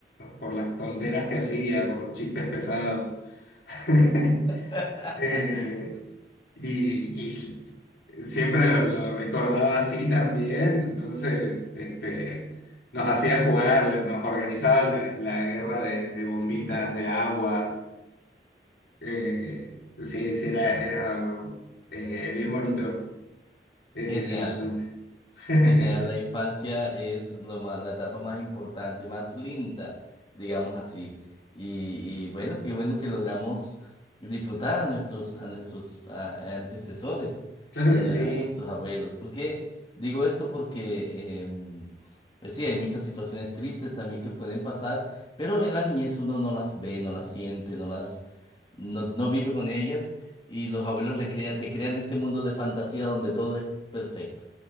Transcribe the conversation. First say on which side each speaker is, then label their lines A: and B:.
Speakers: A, on the left; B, on the left.
A: por las tonteras que hacía, por los chistes pesados. <laughs>
B: <laughs>
A: Eh, y, y siempre lo, lo recordaba así también, entonces este, nos hacía jugar, la- nos organizaba la, la guerra de, de bombitas de agua. Eh, sí, sí, era, era eh, bien bonito eh,
B: Genial.
A: esa infancia. <laughs>
B: Genial, la infancia es lo ma- la etapa más importante, más linda, digamos así. Y, y bueno, qué bueno que logramos disfrutar a nuestros, a nuestros ah, antecesores,
A: Claro
B: a,
A: que
B: nue-
A: sí,
B: a nuestros abuelos. ¿Por qué digo esto? Porque, em, pues sí, hay muchas situaciones tristes también que pueden pasar, pero en la niñez uno no las ve, no las siente, no las, no, no vive con ellas y los abuelos le crean, te crean este mundo de fantasía donde todo es perfecto.